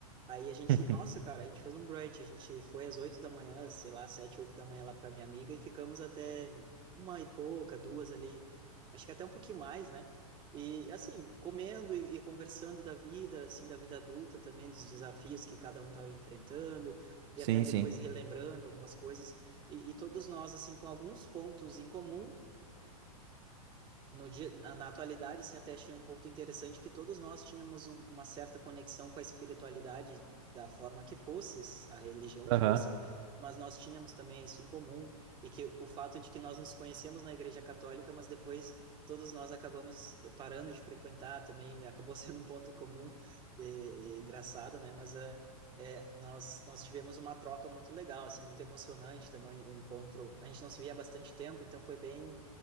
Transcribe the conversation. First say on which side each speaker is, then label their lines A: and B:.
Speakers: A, on the right; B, on the right.
A: Aí a gente,
B: <laughs>
A: nossa, cara, a gente fez um brunch, a gente foi às oito da manhã, sei lá, sete, oito da manhã lá pra minha amiga e ficamos até uma e pouca, duas ali, acho que até um pouquinho mais, né? E assim, comendo e, e conversando da vida, assim, da vida adulta também, dos desafios que cada um estava enfrentando e
B: Sim,
A: até depois
B: sim.
A: relembrando algumas coisas e, e todos nós, assim, com alguns pontos em comum no dia, na atualidade, assim, até achei um ponto interessante que todos nós tínhamos um, uma certa conexão com a espiritualidade da forma que fosse, a religião que
B: Aham.
A: fosse, mas nós tínhamos também isso em comum e que o fato de que nós nos conhecemos na Igreja Católica, mas depois todos nós acabamos parando de frequentar também, <laughs> acabou sendo um ponto em comum, é, é engraçado, né? Mas é, é, nós, nós tivemos uma troca muito legal, assim, muito emocionante também o encontro. A gente não se via há bastante tempo, então foi bem